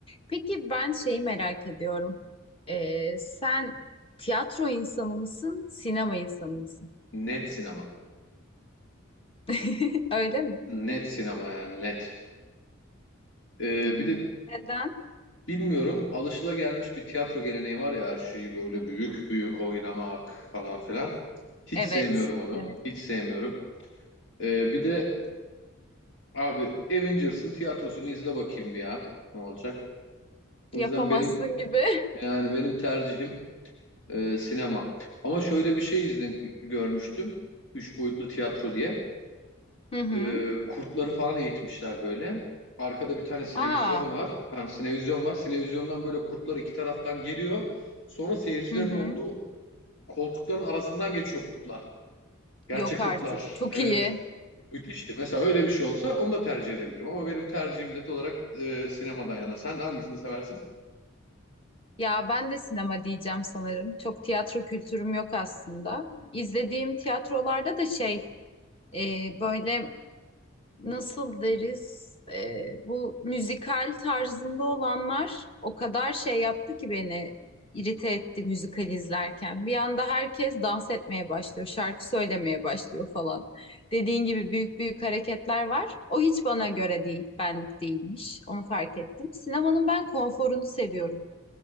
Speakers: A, on the left; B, on the left.
A: Peki ben şeyi merak ediyorum. Ee, sen tiyatro insanı mısın, sinema insanı mısın?
B: Net sinema.
A: <laughs> Öyle mi?
B: Net sinema yani net. Ee,
A: Hmm.
B: bir de
A: Neden?
B: bilmiyorum alışılagelmiş bir tiyatro geleneği var ya her şeyi böyle büyük büyük oynamak falan filan. Hiç
A: Evet.
B: sevmiyorum onu.
A: Evet.
B: Hiç sevmiyorum. Ee, bir de abi Avengers'ın tiyatrosunu izle bakayım bir ya. Ne olacak? O
A: Yapamazsın
B: yüzden benim
A: gibi.
B: yani benim tercihim e, sinema. Ama şöyle bir şey izle, görmüştüm. Üç boyutlu tiyatro diye.
A: <laughs> Hı hı.
B: e, kurtları falan eğitmişler böyle. Arkada bir tane sinevizyon
A: Aa.
B: var. Ha, sinevizyon var. Sinevizyondan böyle kurtlar iki taraftan geliyor. Sonra seyircilerin
A: Hı hı.
B: olduğu koltukların arasından geçiyor kurtlar. Gerçek
A: Yok artık.
B: kurtlar.
A: Çok
B: Evet.
A: iyi.
B: Müthişti. Mesela öyle bir şey olsa onu da tercih edebilirim. Ama benim tercihim net olarak e, sinemadan yana. Sen hangisini seversin?
A: Ya ben de sinema diyeceğim sanırım. Çok tiyatro kültürüm yok aslında. İzlediğim tiyatrolarda da şey e, böyle nasıl deriz e, bu müzikal tarzında olanlar o kadar şey yaptı ki beni irite etti müzikal izlerken. Bir anda herkes dans etmeye başlıyor, şarkı söylemeye başlıyor falan. Dediğin gibi büyük büyük hareketler var. O hiç bana göre değil, benlik değilmiş. Onu fark ettim. Sinemanın ben konforunu seviyorum.